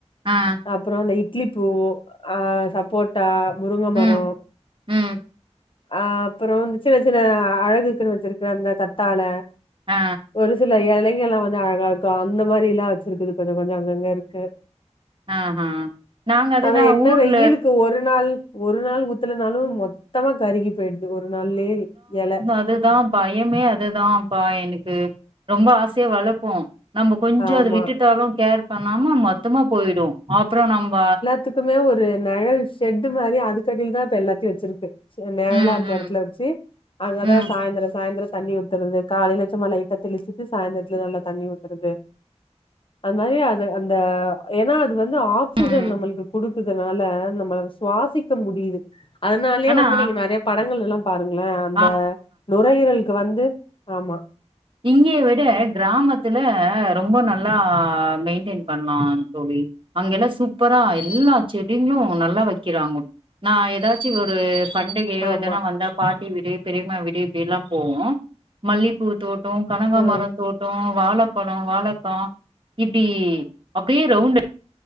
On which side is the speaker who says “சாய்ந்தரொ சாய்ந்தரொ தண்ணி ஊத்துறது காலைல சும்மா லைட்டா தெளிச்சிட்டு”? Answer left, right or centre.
Left